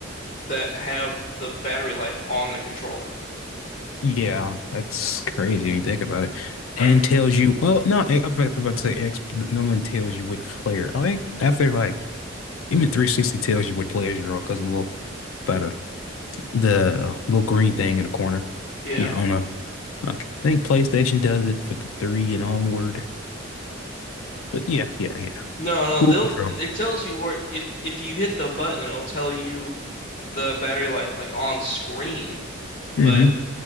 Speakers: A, on the left; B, on the left.
A: that have the battery life on the controller,
B: Yeah, that's crazy when you think about it.
A: right?
B: And tells you, well, no, I- I'm about I'm about to say X, no one tells you what player. I think after like even 360 tells you what players you're on because a little, about a, the little green thing in the corner.
A: Yeah.
B: Yeah, on a Okay. I think PlayStation does it for the three and onward. But yeah, yeah, yeah.
A: No, no,
B: Cool
A: they'll
B: control.
A: it tells you where it if you hit the button, it'll tell you the battery life like on screen,
B: Mm-hmm.
A: but